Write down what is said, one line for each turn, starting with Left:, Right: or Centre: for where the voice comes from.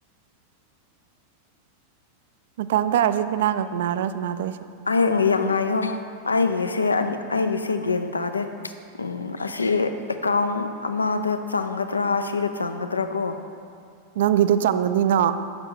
Right: ꯃꯇꯥꯡꯗ ꯑꯥꯔꯖꯦꯟꯇꯤꯅꯥꯒ ꯁꯅꯔꯣ ꯁꯅꯗ
Left: ꯍꯌꯦꯡ ꯌꯥꯝ ꯉꯥꯏꯌꯣ ꯑꯩꯒꯤꯁ ꯁꯦ ꯑꯩꯒꯤꯁꯦ ꯒ꯭ꯌꯥꯟ ꯇꯥꯗꯦ ꯎꯝ ꯑꯁꯤ ꯑꯦꯀꯥꯎꯟ ꯑꯃꯗ ꯆꯪꯒꯗ꯭ꯔꯥ ꯑꯁꯤꯗ ꯆꯪꯒꯗ꯭ꯔꯥ ꯀꯣ
Right: ꯅꯪꯒꯤꯗꯤ ꯆꯪꯒꯅꯤꯅ